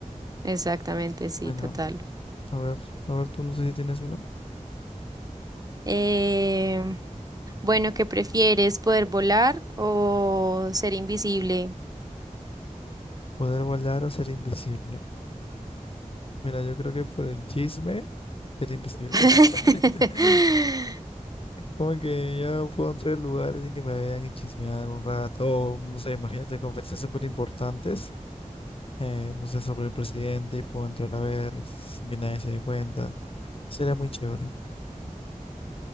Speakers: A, on the right; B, on the left.
A: Exactamente, sí,
B: Bueno.
A: total.
B: A ver, a ver, tú no sé si tienes una.
A: Eh, bueno, ¿qué prefieres, poder volar o ser invisible?
B: Poder volar o ser invisible. Mira, yo creo que por el chisme, ser invisible.
A: <laughs>
B: <laughs> Como que ya puedo entrar en lugares y que me vean y chismear un rato. O, no sé, imagínate conferencias súper importantes. eh, no sé, sobre el presidente y puedo entrar a ver sin que nadie se dé cuenta. Sería muy chévere.